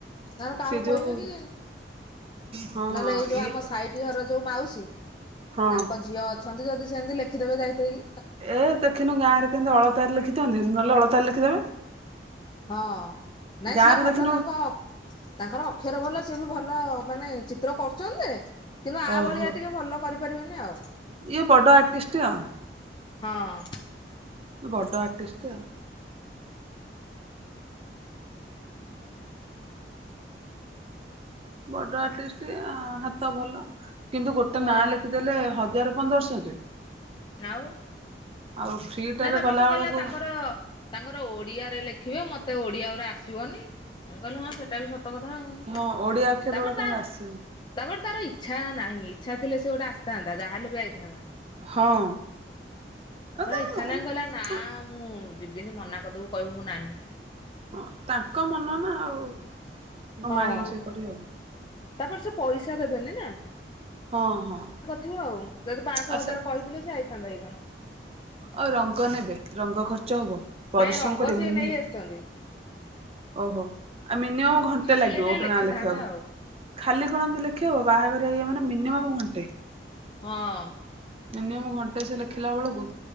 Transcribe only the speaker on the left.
ଧର କାହାକୁ
କହିବେ କି
ନହେଲେ ଏଇ ଯୋଉ
ଆମ
ସାଇଟ ଘର ଯୋଉ ମାଉସୀ
ତାଙ୍କ ଝିଅ ଅ ସଂଜୁ ଯଦି ସେମତି ଲେଖିଦେବେ ଯାଇତାଇକି।
ହଁ ନାଇଁ
ସିଏ ଭଲ
ତାଙ୍କ ତାଙ୍କର ଅକ୍ଷର ଭଲ ସିଏ ବି ଭଲ ମାନେ ଚିତ୍ର କରୁଛନ୍ତି ଯେ। କିନ୍ତୁ ଆ
ଭଳିଆ ଟିକେ ଭଲ କରିପାରିବେନି ଆଉ।
ହଁ।
<unintelligible>
ହଁ
ଆଉ
ନା ତାପରେ
ସେ
କହିଲା ତାଙ୍କର ତାଙ୍କର ଓଡିଆରେ ଲେଖିବେ ମତେ ଓଡିଆ ଉରା ଆସିବନି ମୁଁ କହିଲି ହଁ ସେଇଟା ବି ସତ କଥା ଆଉ।
ତାପରେ
ତା
ତାପରେ ତାର ଇଚ୍ଛା ନାହିଁ ଇଚ୍ଛା ଥିଲେ ସେ ଗୋଟେ ଆସିଥାନ୍ତା ଯାହାହଲେ ବି ଆଇଥାନ୍ତା।
ତା ଇଚ୍ଛା
ନାହିଁ କହିଲା ନା ମୁଁ ଯିବିନି ମନା କରିଦବୁ କହିବୁ ମୁଁ ନାହିଁ।
ହଁ
ତାପରେ ସେ ପଇସା ଦେବେନି ନା।
ଥିବ ଆଉ ଯଦି ପାଆଁଶହ
ହଜାର କହିଥିଲେ ସେ ଆଇଥାନ୍ତା କି କଣ।
ନାଇଁ ରଙ୍ଗ
ସିଏ
ନେଇ ଆସିଛନ୍ତି
ଖାଲି
ଏଠି
ଲେଖିଥାନ୍ତା
ଆଉ।
ହଁ।